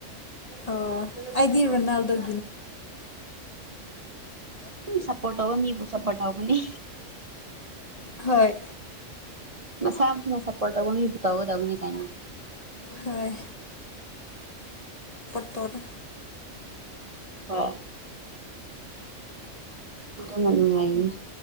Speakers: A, on the left; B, on the right.
A: ꯑꯣ ꯑꯗꯨꯗꯤꯔꯕꯣ ꯅꯜꯗ ꯑ
B: ꯑꯗꯨꯝ ꯁꯞꯄꯣꯔꯠ ꯇꯧꯕ ꯃꯤꯕꯨ ꯁꯞꯄꯣꯔꯠ ꯇꯧꯕꯅꯤ
A: ꯍꯣꯏ
B: ꯃꯁꯥ ꯃꯁꯥꯅ ꯁꯞꯄꯣꯔꯠ ꯇꯧꯕ ꯃꯤꯕꯨ ꯇꯧꯒꯗꯧꯅꯤ ꯀꯥꯏꯅ
A: ꯍꯣꯏ ꯇꯣꯔ
B: ꯍꯣꯏ ꯑꯗꯨꯅ ꯅꯨꯡꯉꯥꯏꯅꯦ